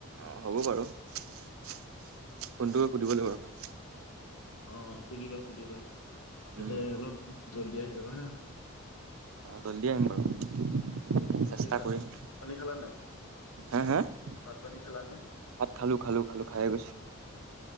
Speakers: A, on the right (about 70°); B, on the left (about 85°).
A: অ হ'ব বাৰু ফোনটো সুধিব লাগিব ৰখা
B: অ সুধিবা সুধিবা তাতে
A: উম
B: অলপ জল্দি আহি যাবা হা
A: অ জল্দি আহিম বাৰু চেষ্টা
B: কি ভাত
A: কৰিম
B: পানী খালা নাই
A: হা হা ভাত
B: পানী খালা নে?
A: খালো খালো খালো খাই গৈছো